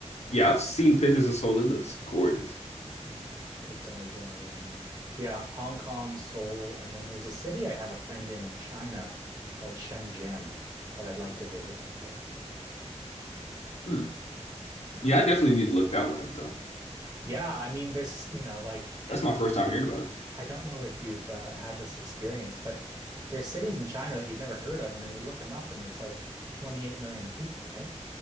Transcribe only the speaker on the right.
Yeah, it does. I um yeah, Hong Kong, Seoul, and then there's a city I have a friend in in China called Shenzhen that I'd like to visit one day.
Yeah.
Yeah, I mean there's, you know, like
I don't know if you've uh, had this experience, but there's cities in China that you've never heard of and then you look them up and there's like 28 million people, right?